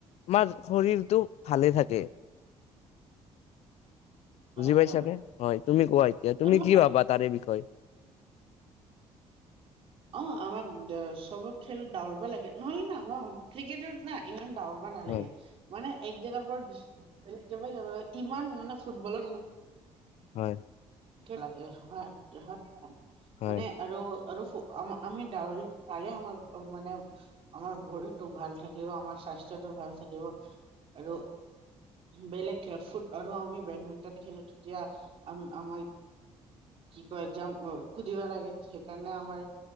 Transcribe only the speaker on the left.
আমাৰ শৰীৰটো ভালে থাকে
বুজি পাইছানে
হয় তুমি কোৱা এতিয়া তুমি
কি ভাবা তাৰে বিষয়ে
হয়
হয়
হয়